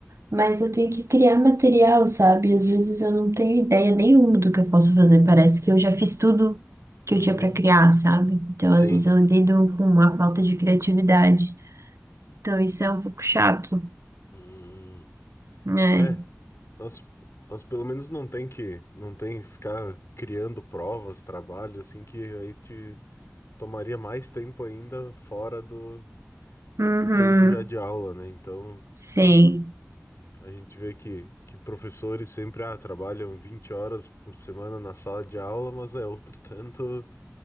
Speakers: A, on the right (about 65°); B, on the left (about 60°).
A: Mas eu tenho que criar material, sabe? Às vezes eu não tenho ideia nenhuma do que eu posso fazer. Parece que eu já fiz tudo que
B: Uhum,
A: eu tinha para criar, sabe? Então,
B: sim.
A: às vezes eu lido com uma falta de criatividade. Então, isso é um pouco chato,
B: Hum,
A: né?
B: É, mas, mas pelo menos não tem que, não tem que ficar criando provas, trabalho, assim, que aí te tomaria mais tempo ainda fora do
A: Uhum.
B: do tempo já de aula, né? Então,
A: Sim.
B: a gente vê que, que professores sempre ah, trabalham 20 horas por semana na sala de aula, mas é outro <laughs> tanto